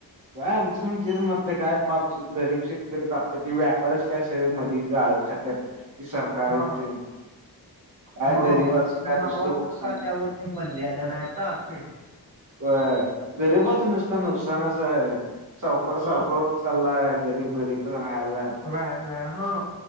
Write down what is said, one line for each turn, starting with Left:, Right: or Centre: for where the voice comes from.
Right: का आमचं पण ते मतय काय पाप गरीब शेतीकरी तापतेती व्यापारच काय सगळे कधी गाळ खात- त्या त सरकार
Left: हा
Right: य त्यांच काय
Left: हा
Right: गरीिबच
Left: नावागोट
Right: काय नूसतं नुकसानच
Left: का त्यावर पण बंदी आल्या नाही आता
Right: <unintelligible> व्हय गरीबाच नुसत नुकसानाच आहे सावकर
Left: ह
Right: सावकर- चालाय गरीब गरीबच राहायलाय.
Left: रहायलाय हो.